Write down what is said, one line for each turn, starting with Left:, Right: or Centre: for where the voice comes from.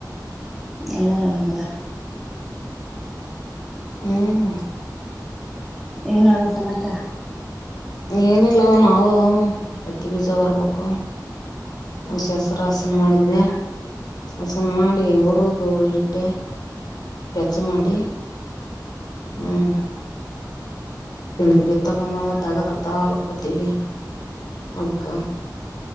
Centre: ಎಲ್ಲರ ಅರಾಮ ಅದಾರ
Left: ಹ್ಮ್
Centre: ಏನ್ ನೋಡೋದು ಸಮಾಚಾರ
Left: ಏನಿಲ್ಲ ನಾವು ಮತ್ತಿ ಬೀಜ ಹೊರ್ಬೇಕು ಶಸ್ರ ಹಾಸನ ಮಾಡಿದನ ಹಸನ್ ಮಾಡಿ ಹೊರುದು ಇಟ್ಟೆ ಪೆಚ್ಚ ಮಾಡಿ ಹ್ಮ್ ಇನ್ನು ಬಿತ್ತ ಬಂದ ಅಂದ್ರ ದಗದತ್ತ ಹೊಲಕ್ಕಕೋತೀವಿ ಅದ್ಕ